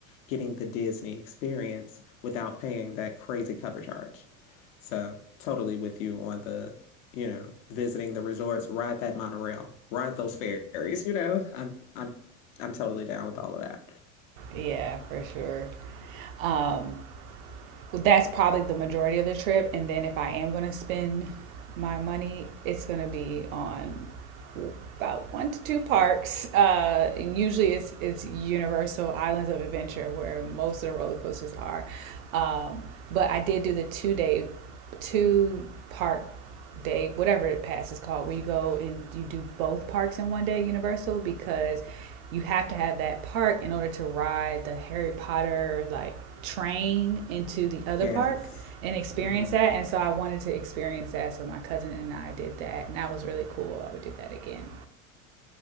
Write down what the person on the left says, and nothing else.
getting the Disney experience without paying that crazy cover charge. So, totally with you on the, you know, visiting the resorts, ride that monorail, ride those ferries, you know. I'm I'm I'm totally down with all of that.
Yes.
hmm